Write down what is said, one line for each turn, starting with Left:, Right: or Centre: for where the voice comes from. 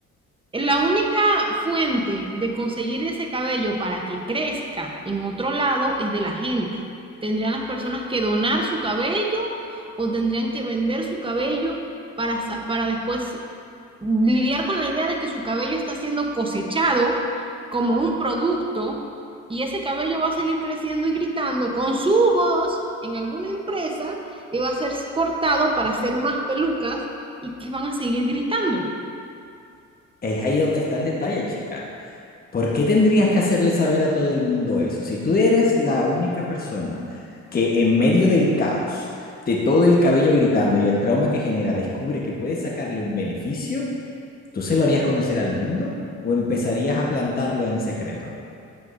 Right: la única fuente de conseguir ese cabello para que crezca en otro lado es de la gente. ¿Tendrían las personas que donar su cabello o tendrían que vender su cabello para, sa- para después lidiar con la idea de que su cabello está siendo cosechado como un producto y ese cabello va a seguir creciendo y gritando con su voz en alguna empresa y va a ser cortado para hacer más pelucas y que van a seguir gritando.
Left: Es ahí donde está el detalle, chica. ¿Por qué tendrías que hacerle saber a todo el mundo eso? Si tú eres la única persona que en medio del caos, de todo el cabello gritando y el trauma que genera, descubre que puede sacarle un beneficio, ¿tú se lo harías conocer al mundo o empezarías a plantarlo en secreto?